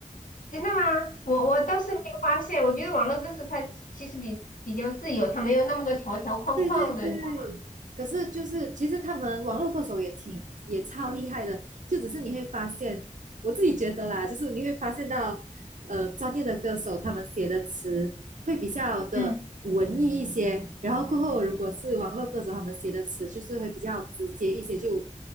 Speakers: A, on the left (about 90°); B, on the right (about 70°).
A: 真的吗？我我倒是没有发现，我觉得网络歌词它其实比比较自由，它没有那么多条条框框的，
B: 对对对，
A: 你知道吗？
B: 可是就是其实他们网络歌手也挺也超厉害的，就只是你会发现，我自己觉得啦，就是你会发现到，呃，专业的歌手他们写的词会比较的文艺一些，
A: 嗯，
B: 然后过后如果是网络歌手他们写的词就是会比较直接一些，就